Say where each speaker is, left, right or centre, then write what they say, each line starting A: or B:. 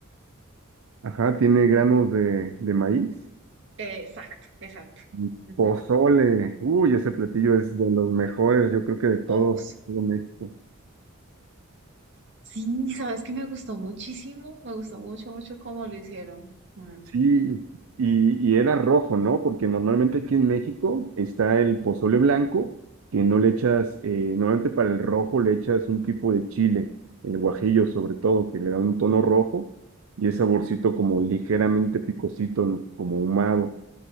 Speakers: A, on the right; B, on the right.
A: ajá, tiene granos de, de maíz.
B: Eh, exacto, exacto.
A: Mm,
B: Ujú.
A: Pozole, uy, ese platillo es de los mejores, yo creo que de todo,
B: Oso.
A: todo México.
B: Sí, sabes que me gustó muchísimo, me gustó mucho, mucho cómo lo hicieron. Mm.
A: Sí, y, y era rojo, ¿no? Porque normalmente aquí en México está el pozole blanco, que no le echas, eh, normalmente para el rojo le echas un tipo de chile, el guajillo sobre todo, que le da un tono rojo y es saborcito como ligeramente picosito, ¿no? como ahumado.